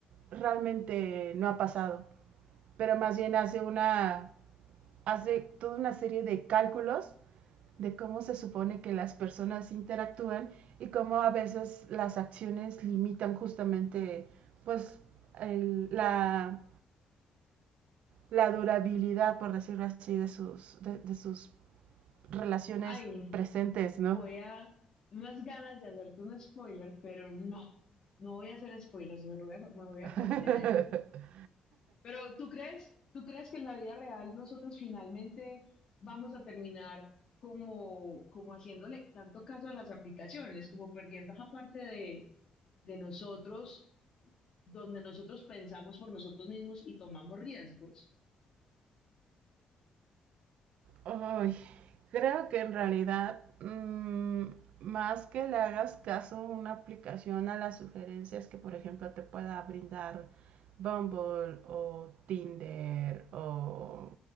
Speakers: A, on the right; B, on the left.
A: realmente no ha pasado, pero más bien hace una hace toda una serie de cálculos de cómo se supone que las personas interactúan y cómo a veces las acciones limitan justamente pues el, la, la, durabilidad, por decirlo así, de sus, de, de sus relaciones
B: Ay, no.
A: presentes,
B: voy
A: ¿no?
B: a unas ganas de hacerte un spoiler, pero no, no voy a hacer spoilers, me voy a, me voy a
A: <laughs>
B: contener. Pero ¿tú crees, tú crees que en la vida real nosotros finalmente vamos a terminar como, como haciéndole tanto caso a las aplicaciones, como perdiendo esa parte de, de nosotros, donde nosotros pensamos por nosotros mismos y tomamos riesgos?
A: Ay, creo que en realidad, mm, más que le hagas caso a una aplicación a las sugerencias que, por ejemplo, te pueda brindar Bumble o Tinder o